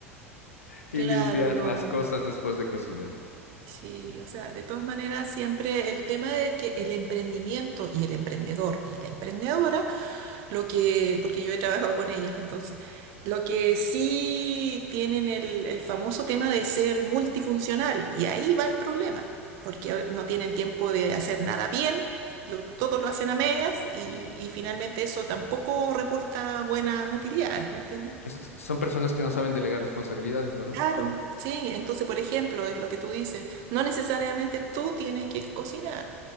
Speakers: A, on the right; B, on the left.
A: Claro,
B: y limpiar
A: no.
B: las cosas después de cocinar.
A: Sí, o sea, de todas maneras, siempre el tema de que el emprendimiento y el emprendedor y la emprendedora Lo que, porque yo he trabajado con ellas, entonces. Lo que sí tienen el, el famoso tema de ser multifuncional, y ahí va el problema, porque a- no tienen tiempo de hacer nada bien, lo- todo lo hacen a medias, y, y finalmente eso tampoco reporta buenas utilidades, ¿me entiendes?
B: Es que son personas que no saben delegar responsabilidades, ¿verdad?
A: Claro, sí, entonces por ejemplo, es lo que tú dices, no necesariamente tú tienes que cocinar,